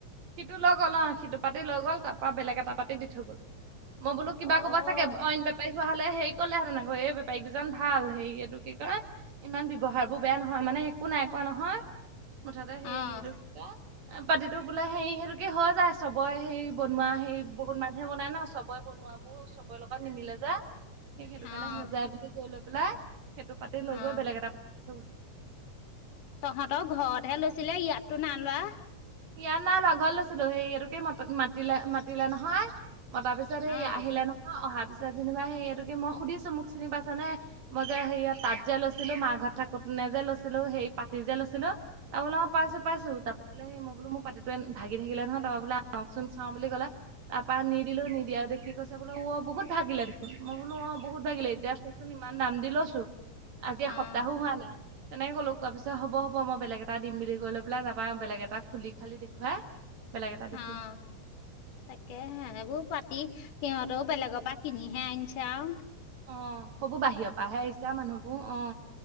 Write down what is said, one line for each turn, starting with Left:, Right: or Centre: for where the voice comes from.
Right: সিটো লৈ গ'ল অঁ সিটো পাতি লৈ গ'ল তাপা বেলেগ এটা পাতি দি থৈ গ'ল। মই বোলো কিবা
Left: অঁ
Right: ক'ব চাগে, অইন বেপাৰী! থোৱা হ'লে হেৰি কলে হেতেন আক এই বেপাৰীকেইজন ভাল। হেৰি এইটো কি কয় ইমান ব্যৱহাৰ বোৰ বেয়া নহয় মানে, মানে একো নাই কোৱা নহয় মুঠতে হেৰি
Left: অঁ
Right: এইটো কিয়া এ পাতিতো! বোলে হেই সেতুকি হয় যায় চবয়ে সেই বনোৱা হেই বহুত মানুহে বনাই ন চবৰে বনোৱাবোৰ চব! ক লগত নিমিলে যে। সে সেইটো কাৰণে
Left: অঁ
Right: হৈ যায় বুলি কৈ লৈ পেলাই সেইটো পাতি লৈ
Left: অঁ
Right: গৈ বেলেগ এটা পাতি দি থয় গৈছে।
Left: তহঁতৰ ঘৰতহে লৈছিলে, ইয়াততো নাইলোৱা।
Right: ইয়াত নাই লোৱা ঘৰত লৈছিলো, সেই এটোকি মাতিলে মাতিলে নহয়। অ তাৰপিছত সেই
Left: অঁ
Right: আহিলে নহয়, অহা পিছত যেনিবা সেইতুকে মই সুধিছো মোক চিনি পাইছা নে মই যে সেৰি তাত যে লৈছিলো মা ঘৰত থাকোত! নে যে লৈছিলো সেই পাতি যে লৈছিলো, তাবোলে অঁ পাইছো পাইছো। তাপা বুলে সেই মই বোলো মো পাতিটো এন ভাগি থাকিলে নহয়, তাপা বোলে আহনকচোন চাওঁ বুলি ক'লে তাপা নিদিলো নিদিয়া দেখি কৈছে, বোল ৱ বহুত ভাগিলে দেখোন! মই বোলো অঁ বহুত ভাগিলে এতিয়া চকচোন ইমান দাম দি লৈছো আজি এসপ্তাহো
Left: অঁ
Right: হোৱা নাই! তেনেকে ক'লো কোৱা পিছত হব হব, মই বেলেগ এটা দিম বুলি কৈ লৈ পেলাই তাপা বেলেগ এটা খুলি খালি দেখুৱাই বেলেগ এটা দি
Left: অঁ
Right: থৈ গৈছে।
Left: তাকেহে সেইবোৰ পাতি! সিহঁতো বেলেগ পা কিনিহে আনিছা আও।
Right: অ সবো বাহিৰৰ পা হে আহিছে আও মানুহবো অ!